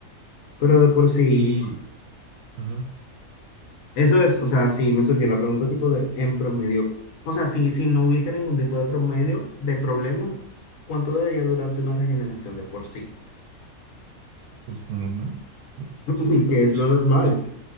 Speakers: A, on the left; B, on the right.
A: pero de por sí,
B: Y, ajá,
A: eso es, o sea, sí me surgió la pregunta tipo de, en promedio, o sea, si, si no hubiese ningún tipo de promedio de problemas, ¿cuánto debería durarte una regeneración de por sí?
B: pues lo normal, ¿no?
A: <laughs>
B: Cien años.
A: Que es lo normal.
B: <laughs>